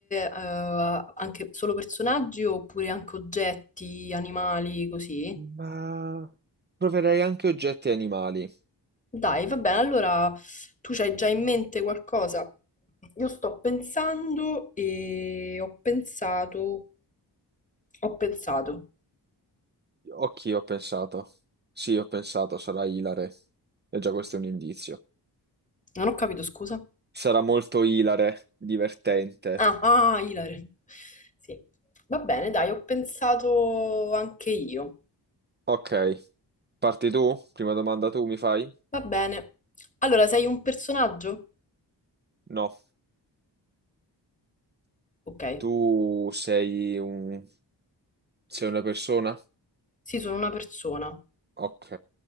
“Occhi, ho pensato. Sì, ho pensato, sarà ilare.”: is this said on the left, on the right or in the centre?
Right